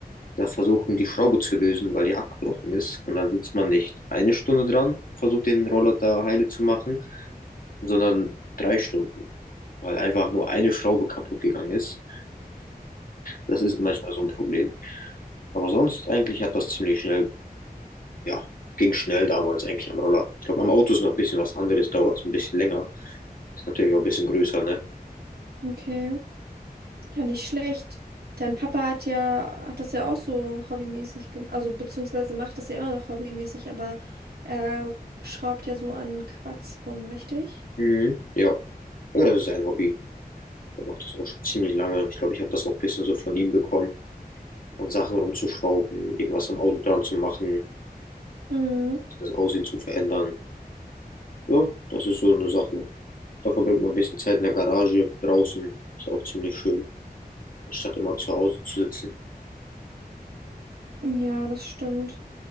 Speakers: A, on the left; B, on the right.
A: da versuchen, die Schraube zu lösen, weil die abgebrochen ist. Und dann sitzt man nicht eine Stunde dran, versucht den Roller da heile zu machen, sondern drei Stunden, weil einfach nur eine Schraube kaputt gegangen ist. Das ist manchmal so ein Problem. Aber sonst eigentlich hat das ziemlich schnell, ja, ging schnell damals eigentlich am Roller. Ich glaube, am Auto ist noch ein bisschen was anderes, dauert es ein bisschen länger. Ist natürlich auch ein bisschen größer, ne?
B: Okay. Ja, nicht schlecht. Dein Papa hat ja, hat das ja auch so hobbymäßig gemacht, also beziehungsweise macht das ja immer noch hobbymäßig, aber er schraubt ja so an Quatsch rum, richtig?
A: Mhm. Ja. ja, das ist ein Hobby. Er macht das auch schon ziemlich lange. Ich glaube, ich habe das auch ein bisschen so von ihm bekommen. an Sachen rumzuschrauben, irgendwas am Auto dran zu machen,
B: Mhm.
A: das Aussehen zu verändern. Ja, das ist so eine Sache. Da verbringt man ein bisschen Zeit in der Garage, draußen. Ist auch ziemlich schön, statt immer zu Hause zu sitzen.
B: Ja, das stimmt.